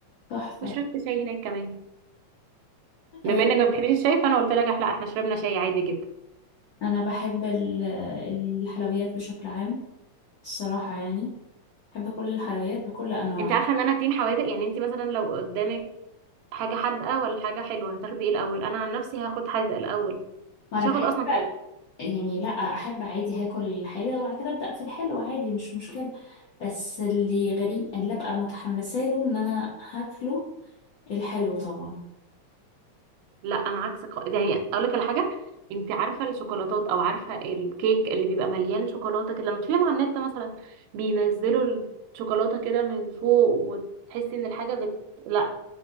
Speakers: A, on the left; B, on the right.
A: تحفة
B: وشربت شاي هناك كمان بما
A: آه،
B: انك ما بتحبيش الشاي فانا قلت لك لا احنا شربنا شاي عادي جدا
A: انا بحب ال- الحلويات بشكل عام الصراحة يعني بحب كل الحلويات بكل انواعها
B: انت عارفه ان انا تيم حوادق يعني انت مثلا لو قدامك حاجه حادقه ولا حاجه حلوه هتاخدي ايه الاول انا عن نفسي هاخد حادقه الاول
A: وانا
B: مش
A: بحب
B: هاخد اصلا
A: يعني لا احب عادي هاكل الحادق وبعد كده ابدا في الحلو عادي مش مشكلة بس اللي غريب اللي ابقى متحمسه له ان انا هاكله الحلو طبعا
B: لا انا عكسك خالص. يعني اقول لك على حاجه انت عارفه الشوكولاتات او عارفه الكيك اللي بيبقى مليان شوكولاته كده لما تشوفيهم على النت مثلا بينزلوا الشوكولاته كده من فوق وتحسي ان الحاجه بت... لا